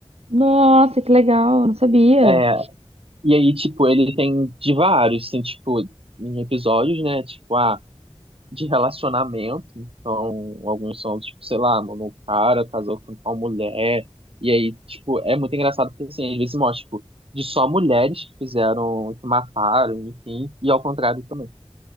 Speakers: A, on the right; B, on the right.
A: nossa, que legal, não sabia.
B: É, E aí, tipo, ele tem de vários, tem, tipo, em episódios, né? Tipo, ah, de relacionamento. Então, alguns são, tipo, sei lá, mano, o cara casou com tal mulher. E aí, tipo, é muito engraçado porque, assim, às vezes mostra, tipo, de só mulheres que fizeram, que mataram, enfim, e ao contrário também.